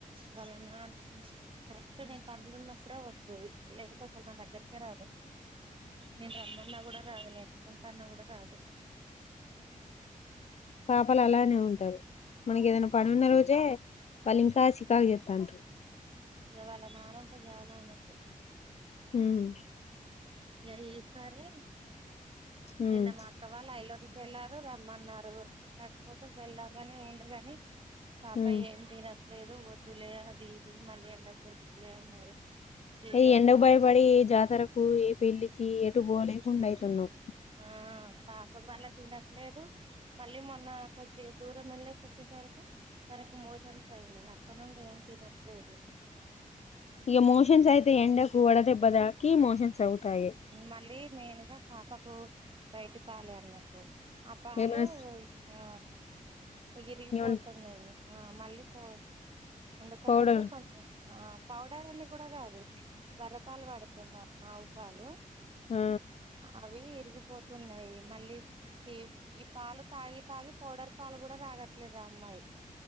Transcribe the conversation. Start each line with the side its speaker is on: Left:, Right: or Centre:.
Right: వాళ నాన్ కరెక్ట్ నేను పడుకున్నప్పుడే వస్తది లేకుంటే నా దగ్గరికే రాదు నేను రమ్మన్నా గుడా రాదు ఎత్తు కుంటన్న కూడా రాదు
Left: పాపలు అలానే ఉంటరు మనకి ఏదైనా పనున్న రోజే వాలిన్ కాసి కావి చేతండ్రు
Right: ఇక వాళ నానుంటే చాలు ఆమెకు
Left: హుమ్
Right: గరి ఏస్తరే
Left: హ్మ్
Right: నిన్న మాక్కవాళ ఐలోని వెళ్లారు రమ్మన్నారు కాకపోతే వెళ్దామని ఉండగానే పాప
Left: హ్మ్
Right: ఏమ్ తినదు లేదు వద్దులే అది ఇది మళ్ళీ ఎండకి ఎందుక్ లే అన్నారు ఈ
Left: ఏ
Right: రోజు
Left: ఎండకు భయపడి ఏ జాతరకు ఏ పెళ్లి ఎటు బోలేకుండ అయితున్నాం
Right: ఆ పాపం వాలక్ తినట్లేదు మళ్ళీ మొన్న కొద్ది దూర మెళ్లి వచ్చే సరికి తనకి మోషన్స్ అయినాయి కొన్నాళ్ళు ఏం తినట్లేదు
Left: ఇక మోషన్స్ అయితే ఎండకు వడదెబ్బ దాకీ మోషన్స్ అవుతాయి
Right: మళ్ళీ మెయిన్ గా పాపకు బయటి పాలి అన్నట్టు అప్ప హాలో
Left: ఏమైనా
Right: ఇ ఆ ఇరిగిపోతున్నాయి
Left: ఏమన్నా
Right: ఆ మళ్ళీ పోన్ అందుకనేసి
Left: పౌడర్
Right: కొంచెం ఆ పౌడర్ అని కూడా కాదు బర్రెపాలు పడుతున్నాం వాలు
Left: ఆ
Right: అవీ తరిగిపోతున్నాయి మళ్ళీ ఈ ఈ పాలు తాగి తాగి పౌడర్ పాలు కూడా తాగట్లేదా అమ్మాయి